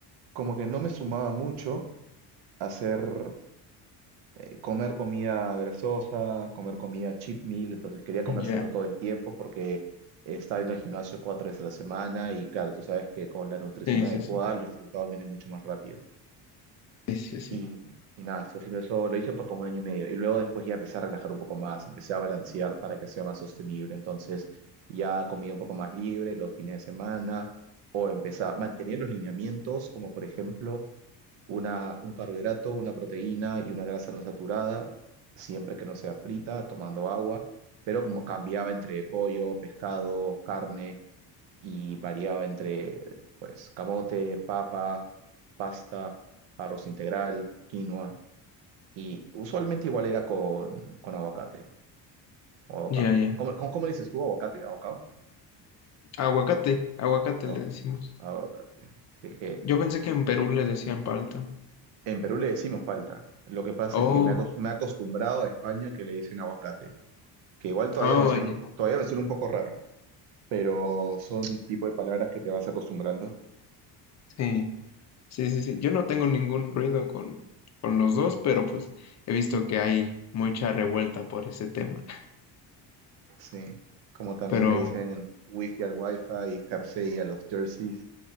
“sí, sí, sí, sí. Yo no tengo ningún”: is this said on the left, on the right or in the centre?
Left